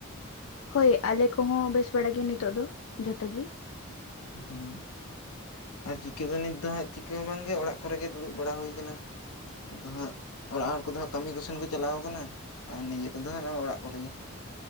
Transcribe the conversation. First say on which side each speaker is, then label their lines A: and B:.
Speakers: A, on the left (about 70°); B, on the left (about 90°).
A: ᱦᱳᱭ ᱟᱞᱮ ᱠᱚᱦᱚᱸ ᱵᱮᱥ ᱵᱟᱲᱟ ᱜᱮ ᱱᱤᱛᱳᱜ ᱫᱚ ᱡᱚᱛᱚ ᱜᱮ
B: ᱦᱩ ᱟᱨ ᱪᱤᱠᱟᱹ ᱫᱚ ᱱᱤᱛ ᱫᱚ ᱦᱟᱸᱜ ᱪᱤᱠᱟᱹ ᱦᱚᱸ ᱵᱟᱝᱜᱮ ᱚᱲᱟᱜ ᱠᱚᱨᱮ ᱜᱮ ᱫᱩᱲᱩᱵ ᱵᱟᱲᱟ ᱦᱩᱭ ᱟᱠᱟᱱᱟ ᱟᱫᱚ ᱦᱟᱸᱜ ᱚᱲᱟᱜ ᱦᱚᱲ ᱠᱚᱫᱚ ᱦᱟᱸᱜ ᱠᱟᱹᱢᱤ ᱠᱚᱥᱮᱱ ᱠᱚ ᱪᱟᱞᱟᱣ ᱟᱠᱟᱱᱟ ᱟᱨ ᱱᱤᱡᱮ ᱠᱚᱫᱚ ᱦᱟᱸᱜ ᱚᱲᱟᱜ ᱠᱚᱨᱮ ᱜᱤ